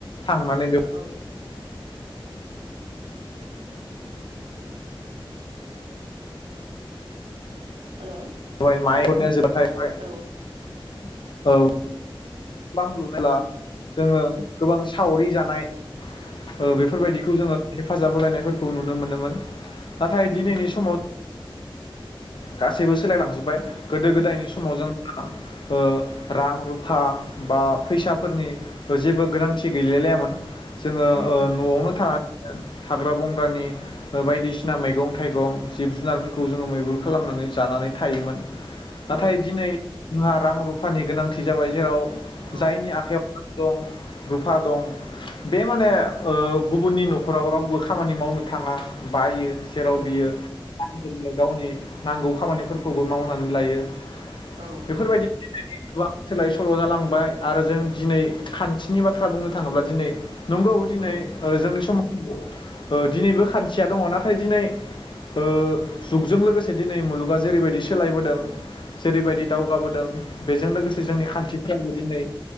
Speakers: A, on the left; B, on the right.
A: थांनानै बेयाव
B: औ हेलौ
A: बेहाय माइ
B: खोनायाखै
A: हरनाया जोबबाथाय
B: औ
A: <unintelligible> औ। गोबां लुनोब्ला जोङो गोबां सावरि जानाय ओ
B: औ
A: बेफोरबायदिखौ जोङो हेफाजाब होलायनायफोरखौ नुनो मोनोमोन। नाथाय दिनैनि
B: उम
A: समाव गासैबो सोलायलांजोबबाय। गोदो गोदायनि
B: औ
A: समाव जों ओ रां रुफा बा फैसाफोरनि जेबो गोनांथि गैलाय लायामोन जोङो
B: उम
A: ओ न'आवनो थानानै हाग्रा बंग्रानि ओ बायदिसिना मैगं थाइगं जिब जुनारफोरखौ जोङो मैहुर खालामनानै जानानै थायोमोन। नाथाय
B: औ
A: दिनै जोंहा रां रुफानि गोनांथि जाबाय जेराव
B: औ
A: जायनि आख दं रुफा दं बे माने ओ गुबुननि न'खराव रावबो खामानि मावनो थाङा। बायो जेराव
B: उम
A: बियो गावनि नांगौ खामानिफोरखौबो मावनानै लायो।
B: औ
A: बेफोरबायदि एबा सोलाय सोल' जालां बाय आरो जों दिनै खान्थिनि बाथ्रा बुंनो थाङोब्ला दिनै नंगौ दिनै
B: औ
A: ओ जोंनि समा ओ दिनैबो खान्थिया दङ'। नाथाय दिनै ओ जुगजों लोगोसे दिनै मुलुगा जेरैबायदि सोलायबोदों जेरैबायदि दावगाबोदों बेजों लोगोसे जोंनि खान्थि दिनै